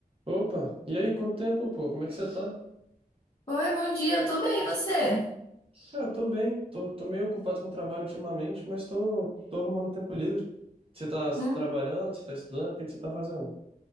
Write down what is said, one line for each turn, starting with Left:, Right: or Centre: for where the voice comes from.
Right: Opa, e aí, quanto tempo, pô? Como é que você tá?
Left: Oi, bom dia, eu tô bem, e você?
Right: Cara, tô bem, tô, tô meio ocupado com o trabalho ultimamente, mas tô, tô arrumando tempo livre. Você tá, você
Left: Hum,
Right: tá trabalhando, você tá estudando, o que que você tá fazendo?